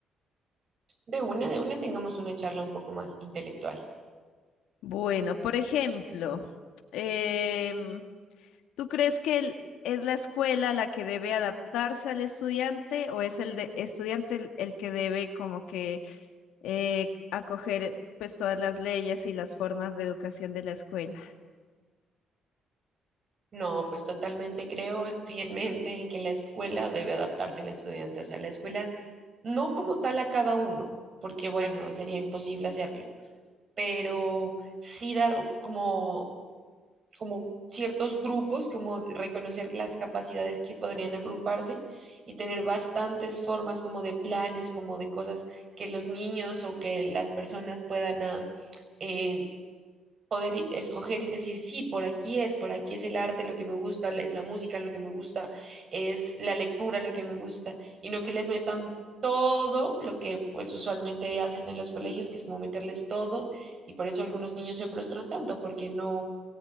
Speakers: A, on the right; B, on the left.
A: De una, de una tengamos una charla un poco más intelectual.
B: Bueno, por ejemplo, em, ¿tú crees que el- es la escuela la que debe adaptarse al estudiante o es el de- estudiante el, el que debe como que eh, acoger pues todas las leyes y las formas de educación de la escuela?
A: No, pues totalmente creo fielmente en que la escuela debe adaptarse al estudiante, o sea, la escuela no como tal a cada uno, porque bueno, sería imposible hacerlo, pero sí dar como, como ciertos grupos, como reconocer las capacidades que podrían agruparse y tener bastantes formas como de planes, como de cosas que los niños o que las personas puedan... ah, eh, poder i- escoger y decir, sí, por aquí es, por aquí es el arte lo que me gusta, la- es la música lo que me gusta, es la lectura lo que me gusta, y no que les metan todo lo que pues usualmente hacen en los colegios, que es como meterles todo, y por eso algunos niños se frustran tanto, porque no,